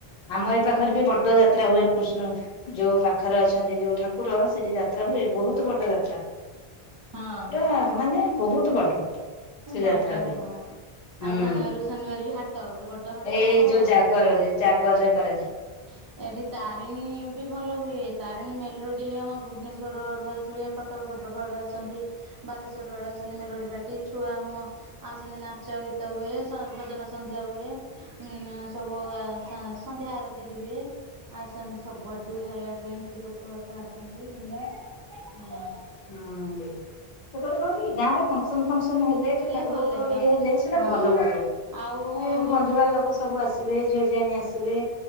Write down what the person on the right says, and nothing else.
ହଁ
ହଁ।
ବଡ
ହଁ
ଆଉ ଶନିବାର ଶନିବାର ବି ହାଟ ଗୋଟେ ବଡ। ହୋଟ ହାଟ
ହବ
ଆଉ
ହୁଁ।
ଏଠି ତାରିଣୀ ବି ଭଲ ହୁଏ ତାରିଣୀ ମେଲୋଡି ଆମ ଭୁବନେଶ୍ଵର ହଡୁଆ ଆ କଟକ ଭଦ୍ରକ ଆଡୁ ଆସନ୍ତି ବାଲେଶ୍ଵରରୁ ଆଡୁ ଆସନ୍ତି ମେଲୋଡି ପାଟି। ଛୁଆ ଆମ ଆସନ୍ତି ନାଚ ଗୀତ ହୁଏ ସ ଭଜନ ସନ୍ଧ୍ୟା ହୁଏ। ଉଁ ସବୁ ସ ସନ୍ଧ୍ୟା ଆରତି ବିି ହୁଏ। ଆସନ୍ତି ସବୁଆଡୁ ଖାଇବା ପାଇଁଛୁ ଲୋକ ବାକ ଆସନ୍ତି ଦୁନିଆ ହ।
ଭଲ
ଲାଗିବ
ହଁ
ଆଉ ବର୍ଷକୁ